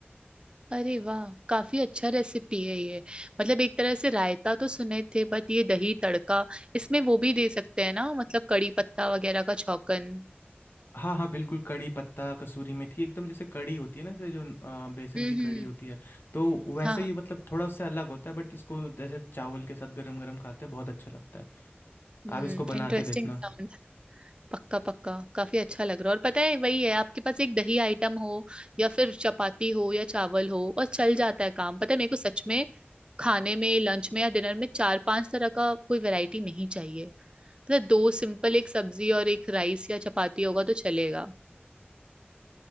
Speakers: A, on the right; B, on the left.
A: अरे वाह काफी अच्छा रेसिपी है ये मतलब एक तरह से रायता तो सुने थे बट ये दही तड़का इसमें वो भी दे सकते हैं ना मतलब कड़ी पत्ता वगैरह का छौंकन
B: हाँ हाँ बिल्कुल कड़ी पत्ता कसूरी मेथी एकदम जैसे कड़ी होती है ना जैसे जो अ, बेसन
A: हम्म
B: की कड़ी
A: हम्म
B: होती है तो वैसे
A: हाँ हाँ
B: ही मतलब थोड़ा उससे अलग होता है बट इसको जैसे चावल के साथ गरम गरम खाते हैं बहुत अच्छा लगता है
A: हम्म
B: आप इसको बना
A: इंटरेस्टिंग
B: के देखना
A: साउंड पक्का पक्का काफी अच्छा लग रहा है और पता है वही है आपके पास एक दही आइटम हो या फिर चपाती हो या चावल हो और चल जाता है काम पता है मेरे को सच में खाने में लंच में या डिनर में चार पांच तरह का कोई वैरायटी नहीं चाहिए मतलब दो सिंपल एक सब्जी और एक राइस या चपाती होगा तो चलेगा